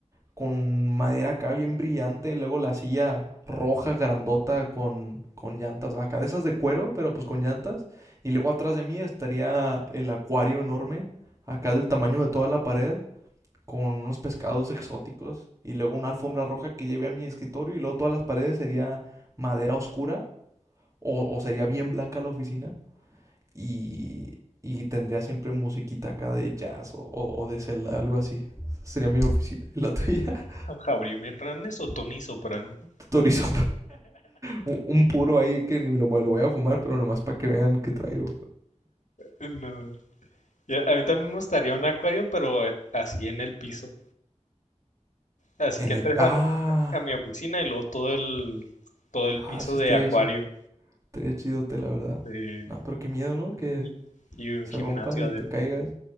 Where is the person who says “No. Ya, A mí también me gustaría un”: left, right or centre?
Left